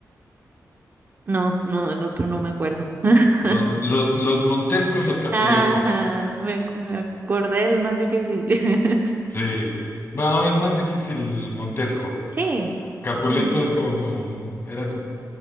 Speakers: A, on the right; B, on the left.
A: No, no, el otro no me acuerdo. <laughs>
B: los, los, los Montesco y los Capuleto.
A: Ajá, me, me acordé del más difícil. <laughs>
B: Sí. Bueno, es más difícil Montesco.
A: Sí.
B: Capuleto
A: mm,
B: es como, era como-